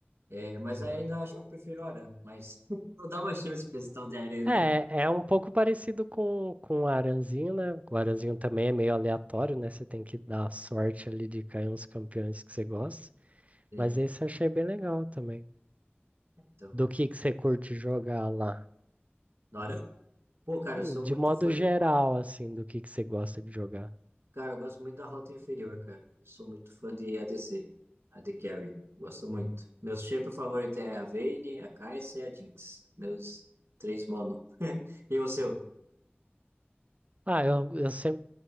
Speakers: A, on the right (about 80°); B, on the right (about 35°).
A: É, mas
B: da
A: ainda
B: hora.
A: acho que eu prefiro Aran. Mas <laughs> vou dar uma chance pra esse tal de Arena
B: É,
A: aí.
B: é um pouco parecido com, com o Aranzinho, né? O Aranzinho também é meio aleatório, né? Você tem que dar sorte ali de cair uns campeões que você gosta.
A: Sim.
B: Mas esse eu achei bem legal também.
A: Então,
B: Do que que você curte jogar lá?
A: no Aran? Pô, cara,
B: Hum,
A: eu sou
B: De
A: muito
B: modo
A: fã
B: geral, assim, do que que você gosta de jogar?
A: Cara, eu gosto muito da Rota Inferior, cara. Eu sou muito fã de ADC, AD Carry. Gosto muito. Meus champions favoritos é a Vayne, a Kai'Sa e a Jinx. Meus três mono. <laughs> E o seu?
B: Ah, eu, eu sempre,